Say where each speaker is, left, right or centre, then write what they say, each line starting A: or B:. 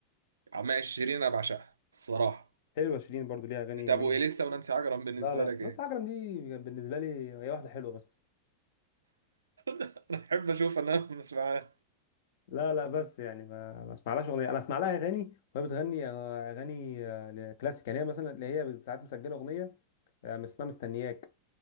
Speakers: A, on the right; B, on the left.
A: عمال شيرين انا بعشقها الصراحه
B: حلوة شيرين برضو ليها أغاني
A: طب
B: جميلة
A: واليسا ونانسي عجرم بالنسبه
B: لا لا
A: لك ايه
B: نص عجرم دي بالنسبة لي هي واحدة حلوة بس
A: <laughs> انا احب اشوف ان انا ما اسمعهاش
B: لا لا بس يعني ما ما اسمعلهاش اغنيه انا اسمع لها اغاني وهي بتغني آه، اغاني آه، كلاسيك يعني هي مثلا اللي هي ساعات مسجله اغنيه آه، اسمها مستنياك